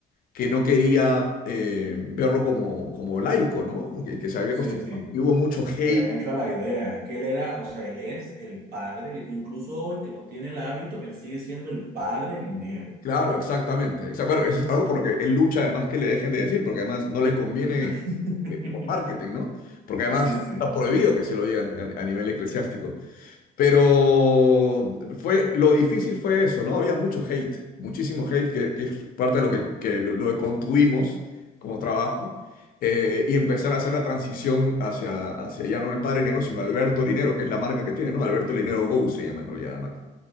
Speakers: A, on the left; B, on the right.
A: que no quería eh, verlo como, como laico, ¿no? Que, que se había
B: Sí,
A: acostumbrado.
B: sí,
A: Y hubo mucho hate.
B: se habían hecho a la idea. Es que él era, o sea, él es el padre, del- incluso hoy que no tiene el hábito, él sigue siendo el padre del dinero.
A: Claro, exactamente. Exa- bueno, eso es algo por lo que él lucha además que le dejen de decir, porque además no le conviene
B: <laughs>
A: eh, por marketing, ¿no? Porque además
B: Sí, sí,
A: está prohibido que se lo digan a a nivel eclesiástico. Pero fue, lo difícil fue eso, ¿no? Había mucho hate, muchísimo hate, que, que es parte de lo que, que lo, lo que construimos como trabajo, eh, y empezar a hacer la transición hacia, hacia ya no el Padre Linero, sino Alberto Linero, que es la marca que tiene, ¿no? Alberto Linero Go se llama en realidad la marca.